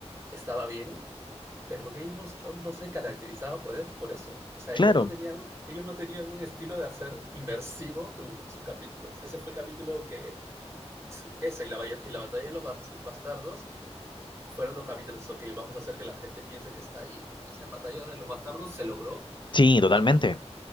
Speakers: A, on the right (about 25°); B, on the left (about 45°).
A: estaba bien, Pero Game of Thrones no se caracterizaba por, por eso. O sea,
B: Claro,
A: ellos no tenían, ellos no tenían un estilo de hacer inmersivo tu- sus capítulos. Ese fue el capítulo que, esa y la, baya- y la batalla de los bastardos fueron los capítulos, ok, vamos a hacer que la gente piense que está ahí. O sea, en batalla de los bastardos se logró
B: sí, totalmente.
A: cuando...